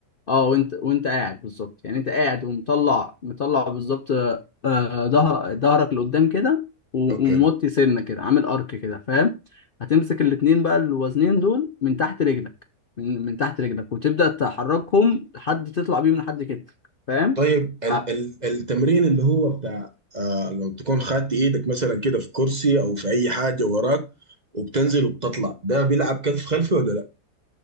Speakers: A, on the left; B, on the right.
A: اه وانت وانت قاعد بالظبط يعني انت قاعد ومطلع مطلع بالظبط آه، ظهر ظهرك لقدام كده و-
B: اوكي
A: وموطي سنه كده عامل ارك كده فاهم هتمسك الاتنين بقى الوزنين دول من تحت رجلك من من تحت رجلك وتبدأ تحركهم لحد تطلع بيهم لحد كتفك فاهم
B: طيب ال
A: ع-
B: ال التمرين اللي هو بتاع آه لو تكون خدت ايدك مثلا كده في كرسي او في اي حاجه وراك وبتنزل وبتطلع ده بيلعب كتف خلفي ولا لا؟